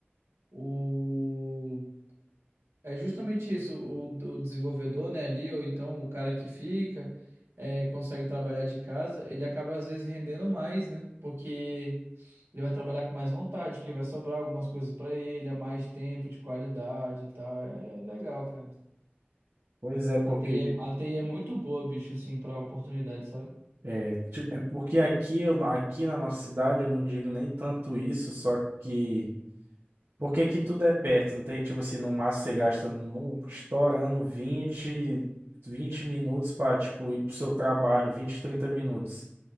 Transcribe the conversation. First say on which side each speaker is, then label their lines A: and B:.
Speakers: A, on the right; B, on the right.
A: o é justamente isso, o, o desenvolvedor, né, ali, ou então o cara que fica, é, consegue trabalhar de casa, ele acaba às vezes rendendo mais, né? Porque ele vai trabalhar com mais vontade, que vai sobrar algumas coisas para ele, há mais tempo de qualidade e tal. É é legal, cara.
B: Pois é, porque
A: A TI é, a TI é muito boa, bicho, assim, para oportunidade, sabe?
B: é, tipo, é porque aqui, eu, aqui na nossa cidade eu não digo nem tanto isso, só que Por que que tudo é perto? Não tem, tipo assim, no máximo você gasta no, estourando vinte vinte minutos pra, tipo, ir pro seu trabalho, 20 30 minutos.